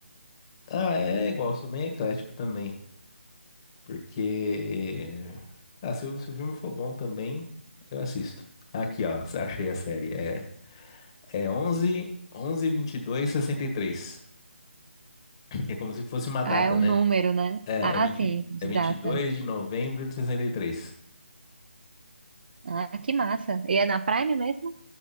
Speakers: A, on the left (about 25°); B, on the right (about 50°).
A: Ah, é igual, sou bem eclético também. Porque. Ah, se o, se o filme for bom também, eu assisto. Aqui, ó, achei a série. É, é onze onze vinte e dois sessenta e três É como se fosse uma
B: Ah,
A: data,
B: é um
A: né?
B: número, né?
A: É,
B: Ah,
A: é vinte
B: sim, de
A: é vinte
B: data.
A: e dois de novembro de sessenta e três
B: Ah, que massa. E é na Prime mesmo?